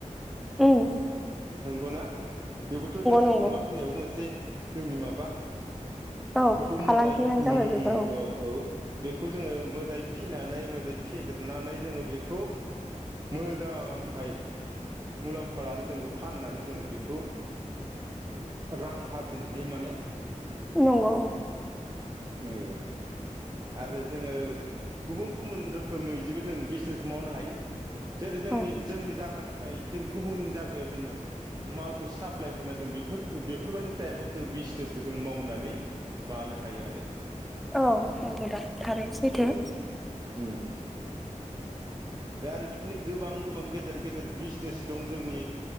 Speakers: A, in the centre; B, on the right.
A: ओम।
B: नंगौ ना? बेबोथ' जों
A: नंगौ
B: अमा फिनायबो मोनसे जोंनि माबा
A: औ
B: बेखौ मोजाय
A: फालांगियानो
B: ओम
A: जाबाय बेबो
B: ओम औ औ। बेखौ जोङो मोजाय फिनानै मोजाय फेदेरनानै जोङो बेखौ मोजांहाय मुलाम्फा लानो जों फाननानै जोङो बेखौ रां आरजिनो हायो माने
A: नंगौ औ।
B: ओ। आरो जोङो गुबुन गुबुन रोखोमै जिबो जों बिजनेसखौ मावनो हायो। जेरै जोंनि
A: औ
B: जोंनि जागानिफ्राय जों गुबुन जागायाव जोङो मालखौ साप्लाय हरनायजों बेफोर बेफोरबायदि टाइपाव जों बिजनेसखो जों मावनानै मानो हायो आरो।
A: औ नंगौ दा थारैनो सैथो।
B: औ उम उम। दा आरो बिदिनो गोबां गोबां गेदेर गेदेर बिजनेस दं जोंनि